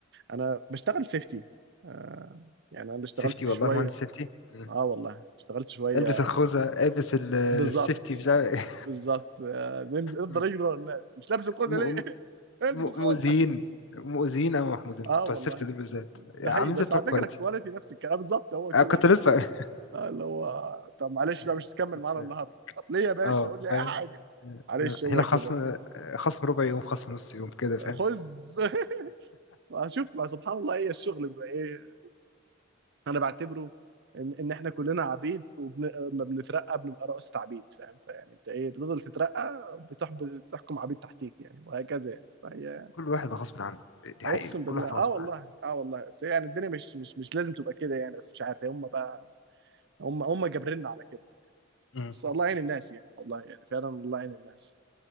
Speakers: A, on the right (about 60°); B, on the left (about 70°).
A: انا بشتغل سيفتي آه يعني انا اللي اشتغلت
B: سيفتي
A: فيه
B: والله
A: شويه
B: مهندس سيفتي م.
A: اه والله اشتغلت شويه
B: البس الخوذة البس ال- السيفتي
A: بالظبط
B: بتاع <laughs>
A: بالظبط آه نمز- نفضل
B: م-
A: نجري ورا الناس مش لابس الخوذه
B: م-
A: ليه؟ <laughs>
B: م-
A: البس الخوذه
B: مؤذيين مؤذيين أوي يا محمود انتوا
A: اه
B: بتوع
A: والله
B: السيفتي دول بالذات
A: ده
B: عاملين
A: حقيقي بس
B: زي بتوع
A: على
B: الكواليتي
A: فكره الكواليتي نفس الكلام آه، بالظبط هو كده
B: أنا كنت
A: احنا
B: لسه
A: آه، اللي هو طب معلش
B: <laughs>
A: بقى مش هتكمل
B: كنت-
A: معانا
B: اه
A: النهارده طب ليه يا باشا
B: آه،
A: قول لي اي
B: آه،
A: حاجه معلش
B: آه،
A: هو
B: هنا خصم
A: كده بقى
B: آه، خصم ربع يوم خصم نص يوم كده فاهم
A: خذ <laughs> واشوف ما سبحان الله هي الشغل بقى ايه انا بعتبره ان ان احنا كلنا عبيد وما بنترقى بنبقى رؤسة عبيد فاهم فيعني انت ايه بتفضل تترقى بتحب بتحكم عبيد تحتيك يعني وهكذا يعني فهي
B: كل واحد غصب عنه دي
A: اقسم
B: حقيقة
A: بالله
B: كل واحد
A: اه
B: غصب
A: والله
B: عنه
A: اه والله بس يعني الدنيا مش مش مش لازم تبقى كده يعني بس مش عارف هم بقى هم هم جابريننا على كده
B: م.
A: بس الله يعين الناس يعني والله يعني فعلا الله يعين الناس